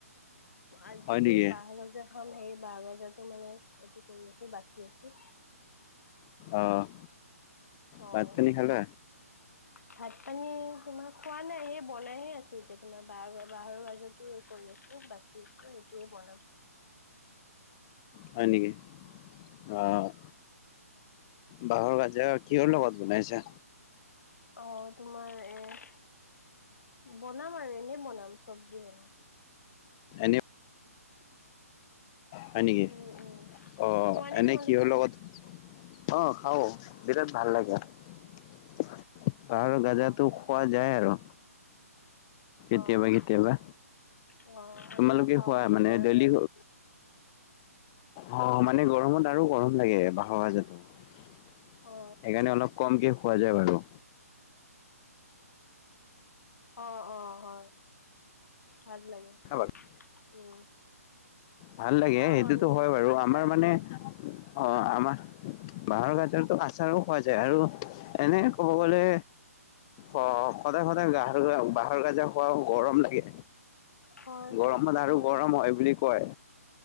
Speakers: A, on the left (about 75°); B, on the left (about 20°).
A: আজি
B: হয় নেকি
A: বাঁহ গজা খাম সেই বাহ গজাতো মানে এইটো কৰি আছোঁ! বাচি আছোঁ!
B: অ'
A: অ',
B: ভাত পানী খালা
A: ভাত পানী তোমাৰ খোৱা নাই! সেই বনাইহে আছোঁ! এতিয়া তোমাৰ বাঁহ গজাতো এই কৰি আছোঁ! বাচি আছোঁ! এইটোয়ে বনাম!
B: হয় নেকি অ' বাঁহৰ গজা কিহৰ লগত বনাইছা
A: অ' তোমাৰ এ বনাম আৰু এনে বনাম! চবজি বনাম!
B: এনে হয় নেকি
A: উম, উম।
B: অ'
A: খোৱা নে
B: এনেই
A: তোমালোকে?
B: কিহৰ লগত অ খাওঁ! বিৰাট ভাল লাগে! বাঁহৰ গজাটো
A: অ' হয়
B: খোৱা
A: নেকি?
B: যায় আৰু কেতিয়াবা,
A: অ'
B: কেতিয়াবা
A: অ আমিও
B: তোমালোকে
A: খাওঁ
B: খোৱা
A: এই বজাৰৰ
B: মানে ডেইলী
A: পৰা আনি
B: অ' মানে গৰমত আৰু গৰম লাগে, বাঁহৰ গজাটো সেইকাৰণে
A: অ
B: অলপ কমকে খোৱা যায় বাৰু
A: অ', অ' হয়! ভাল লাগে!
B: <unintelligible>
A: উম
B: ভাল লাগে!
A: খাওঁ
B: সেইটোতো
A: আমিও
B: হয় বাৰু
A: আচাৰো
B: আমাৰ মানে
A: খাওঁ
B: অ', আমাৰ বাঁহৰ গজাটো আচাৰো খোৱা যায় আৰু এনেই ক'ব
A: উম
B: গ'লে অ সদায় সদায় গাহ বাহৰগজা খোৱা গৰম লাগে
A: হয় হয়
B: গৰমত
A: সদায়
B: আৰু
A: সদায়
B: গৰম
A: ভাবো
B: হয় বুলি কয়